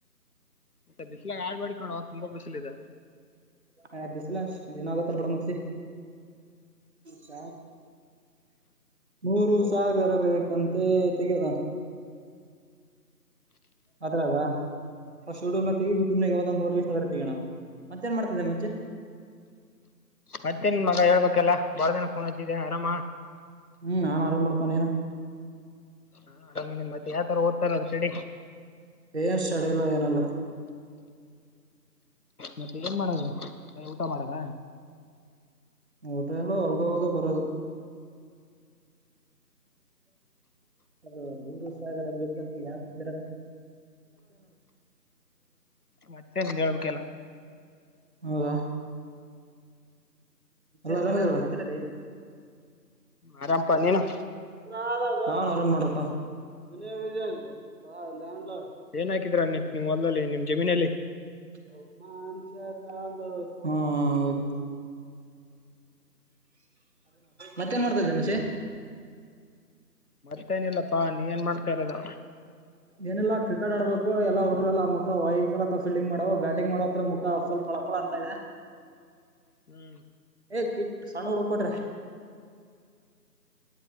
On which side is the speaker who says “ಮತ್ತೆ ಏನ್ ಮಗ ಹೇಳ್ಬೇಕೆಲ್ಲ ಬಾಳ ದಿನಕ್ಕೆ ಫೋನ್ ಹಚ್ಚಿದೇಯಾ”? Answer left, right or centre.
Left